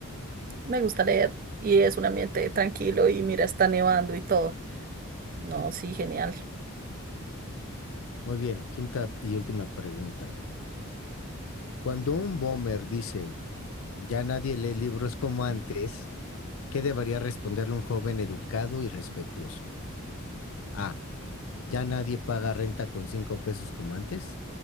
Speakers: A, on the right (about 40°); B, on the left (about 65°).
A: Me gusta leer. Y es un ambiente tranquilo y mira, está nevando y todo. No, sí, genial.
B: Muy bien, quinta y última pregunta. Cuando un bomber dice, ya nadie lee libros como antes, ¿qué debería responderle un joven educado y respetuoso? A. Ya nadie paga renta con cinco pesos como antes.